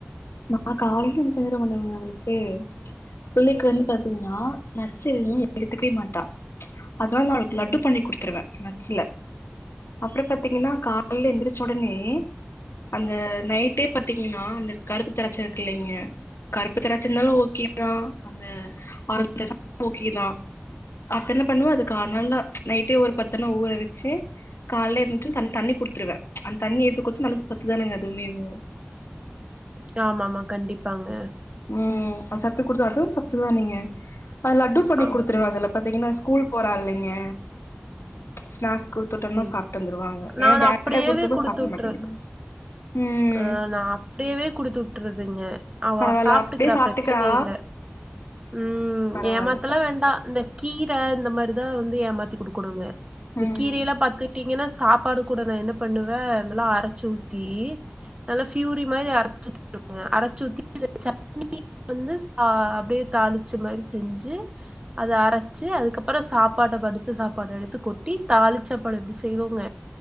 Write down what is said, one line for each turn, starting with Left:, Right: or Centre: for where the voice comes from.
Left: நா காலைல எந்திரிச்சி என்ன தெரியுமா பண்ணுவ அவளுக்கு பிள்ளைக்கு வந்து பாத்தீங்ன்னா நட்ஸ் எதுமே எடுத்துக்கவே மாட்டா. அதனால நா அவளுக்கு லட்டு பண்ணி குடுத்துருவே நட்ஸ்ல. அப்புற பாத்தீங்கன்னா காலல எழுந்திரிச்ச வொடனே அந்த நைட் ட்டே பாத்தீங்கன்னா அந்த கருப்பு திராட்ச இருக்கு இல்லைங்க கருப்பு திராட்சை இருந்தாலு ஓகேதா அந்த ஆரஞ்சு <inaudible> ஓகேதா அப்ப என்ன பண்ணுவே அதுக்கு அத நல்லா நைட்டே ஒரு பத்தன்ன ஊற வச்சு கால இருந்துச்சு த தண்ணி கொடுத்துருவே அந்த தண்ணி எடுத்து குடுத்த நல்லா சத்துதானேங்க அதுமேவு
Right: ஆமா மா கண்டிப்பாங்க
Left: ம் சத்து குடுத்த அதும் சத்துதா நீங்க அது லட்டு பண்ணி
Right: ஆமா
Left: குடுத்துருவ அதுல பாத்தீங்கன்னா ஸ்கூல் போறால்லைங்க ஸ்நாக்ஸ் குடுத்து விட்டோம்னா
Right: சேரி
Left: சாப்ட்டு
Right: சேரி
Left: வந்துருவாங்க
Right: நான்
Left: ஏன்னா டைரக்டா
Right: அப்படியேவே
Left: குடுத்து அப்ப சாப்ட
Right: விட்டுரு
Left: மாட்டேங்கிறாங்க ம்
Right: ஆ நா அப்படியவே குடுத்து விட்டுருதுங்க அப்
Left: பரவால்ல
Right: சாப்ட்டுக்கறா
Left: அப்டியே சாப்ட்டுக்கிறா
Right: பிரச்சனை இல்ல ம்
Left: பரவால்ல
Right: ஏமாத்தலா வேண்டா இந்த கீரை இந்த மாரிதா வந்து ஏமாத்தி குடுக்கணுங்க இந்த
Left: ம்
Right: கீரையெல்லா பாத்து விட்டீங்கன்னா சாப்பாடு கூட நா என்ன பண்ணுவே அதெல்லா அரைச்சு ஊத்தி நல்லா ஃபியூரி மாதிரி அரைச்சி அ அரைச்சூத்தி சட்னி வந்து சா தாளிச்சு மா செஞ்சு அத அரைச்சு அதுக்கப்புற சாப்பாட வடிச்சு சாப்பாடு எடுத்து கொட் ட்டி தாலிச் சாப்பாடு எப்படி செய்வோங்க